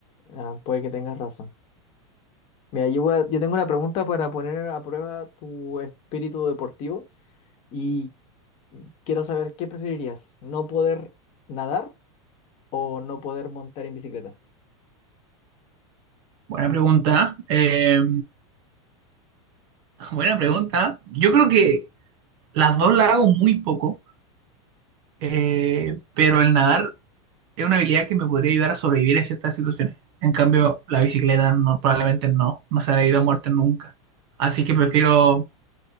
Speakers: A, on the left; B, on the right.
A: ah, puede que tengas razón. Mira, yo, voy a- yo tengo una pregunta para poner a prueba tu espíritu deportivo y quiero saber qué preferirías, no poder nadar o no poder montar en bicicleta.
B: Buena pregunta. eh, <laughs> buena pregunta. Yo creo que las dos las hago muy poco. eh, pero el nadar es una habilidad que me podría ayudar a sobrevivir en ciertas situaciones. En cambio, la bicicleta no, probablemente no, no se ha debido a muerte nunca. Así que prefiero